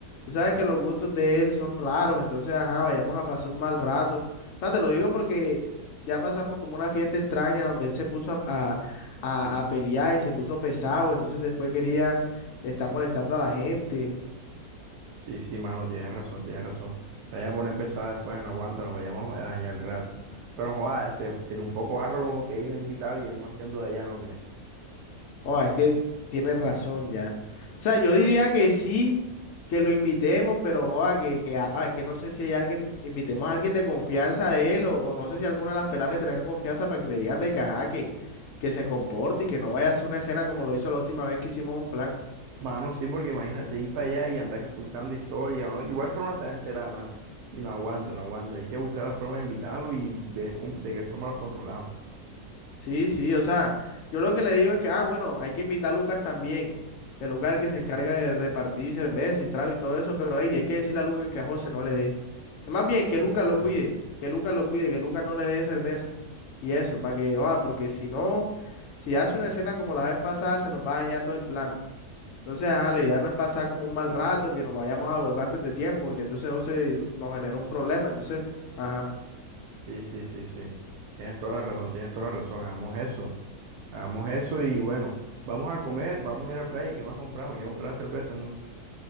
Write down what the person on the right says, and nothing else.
Sí, sí, mano, tienes razón, tienes razón. o sea ya poner pesado después, no aguanta, nos vayamos a dañar el rato. Pero joder, se, sería un poco barro como que ir no invitarlo y él más siendo de allá, ¿no crees?
Mano, sí, porque imagínate ir para allá y andar que ocultando historia o no. Igual forma se va a enterar, mano. Y no aguanta, no aguanta. Hay que buscar la forma de invitarlo y ver cómo- de qué forma lo controlamos.
Mm,
ok,
sí.
Sí, sí, sí, sí. Tienes toda la razón, tienes toda la razón. Hagamos eso. Hagamos eso y bueno, vamos a comer, vamos a ir a la playa. ¿Y qué más compramos? Hay que comprar las cervezas, ¿no?